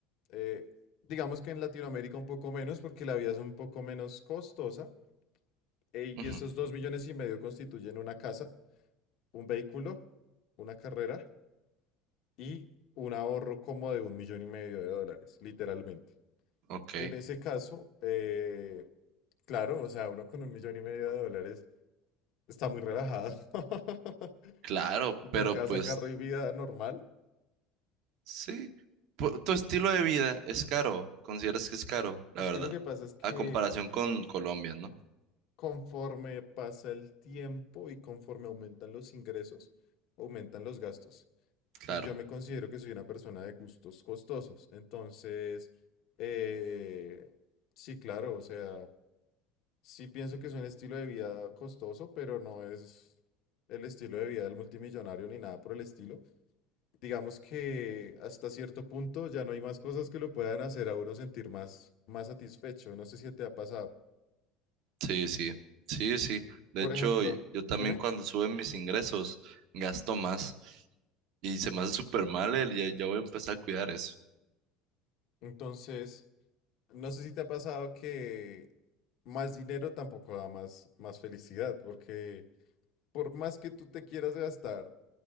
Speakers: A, on the left; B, on the right.
A: Eh, digamos que en Latinoamérica un poco menos porque la vida es un poco menos costosa. eh, y
B: ujú,
A: esos 2 millones y medio constituyen una casa, un vehículo, una carrera y un ahorro como de un millón y medio de dólares, literalmente.
B: ok,
A: En ese caso, eh, Claro, o sea, uno con un millón y medio de dólares está muy relajado. <laughs>
B: claro, pero
A: Con casa,
B: pues
A: carro y vida normal.
B: sí, Pu- tu estilo de vida es caro, consideras que es caro, la
A: Es
B: verdad,
A: que lo que pasa es que
B: a comparación con Colombia, ¿no?
A: conforme pasa el tiempo y conforme aumentan los ingresos, aumentan los gastos.
B: Claro.
A: Y yo me considero que soy una persona de gustos costosos. Entonces, eh, sí, claro, o sea, sí pienso que es un estilo de vida costoso, pero no es el estilo de vida del multimillonario ni nada por el estilo. digamos que hasta cierto punto ya no hay más cosas que lo puedan hacer a uno sentir más, más satisfecho. No sé si te ha pasado.
B: Sí, sí, sí, sí. De
A: Por
B: hecho,
A: ejemplo,
B: y- yo también
A: dime,
B: cuando suben mis ingresos gasto más y se me hace súper mal el, ya, ya voy a empezar a cuidar eso.
A: entonces, no sé si te ha pasado que más dinero tampoco da más, más felicidad, porque por más que tú te quieras gastar